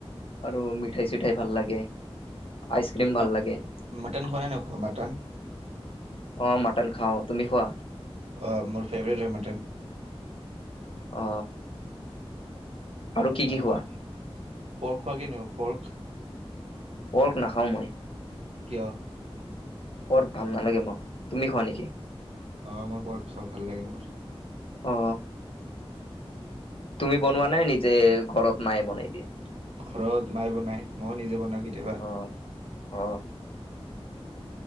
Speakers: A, on the left; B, on the right.
A: আৰু মিঠাই চিঠাই ভাল লাগে আইচ
B: তুমি
A: ক্ৰীম ভাল লাগে
B: মটন খোৱা নে নোখোৱা মটন
A: অ মটন খাও তুমি খোৱা
B: অ মোৰ ফেভেৰেট হয় মটন
A: অ কি কি
B: আৰু
A: খোৱা?
B: তুমি পৰ্ক খোৱা কি পৰ্ক
A: পৰ্ক নাখাওঁ মই
B: কিয়
A: পৰ্ক ভাল নালাগে মোক তুমি খোৱা নেকি
B: অ মোৰ পৰ্ক খাঁও ভাল লাগে মোৰ
A: অ তুমি বনোৱা নে নিজে ঘৰত মায়ে বনাই দিয়ে
B: ঘৰত মায়ে বনাই ময়ো নিজে বনাওঁ কেতিয়াবা
A: অ অ